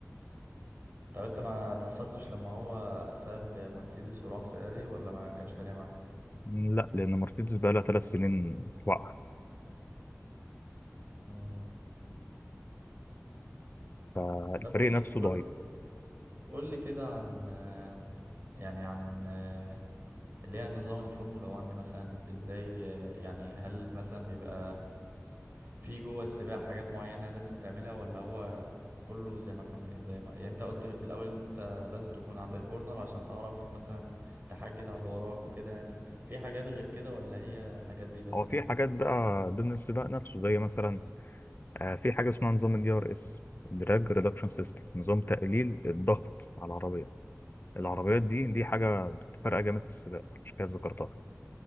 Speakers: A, on the right; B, on the left.
A: طب انت ما تأثرتش لما هو ساب مرسيدس وراح فيراري ولا ما كانش فارق معاك
B: لا لان مرسيدس بقى لها ثلاث سنين واقعه
A: مم.
B: فالفريق
A: طب قول
B: نفسه
A: لي قول
B: ضعيف
A: قول لي كده عن آه، يعني عن آه، اللي هي نظام الفورمولا 1 مثلا ازاي آه، يعني هل مثلا بيبقى في جوه السباق حاجات معينة لازم تعملها ولا هو كله زي ما كنا زي ما يعني انت قلت في الأول ان انت لازم تكون عند الكورنر عشان تعرف مثلا تحجز على اللي وراك وكده يعني في حاجات غير كده ولا هي الحاجات دي بس
B: هو في
A: يعني
B: حاجات بقى ضمن السباق نفسه زي مثلا آه، في حاجه اسمها نظام الدي ار اس دراج ريدكشن سيستم نظام تقليل الضغط على العربيه العربيات دي دي حاجة بتفرق جامد في السباق عشان كده ذكرتها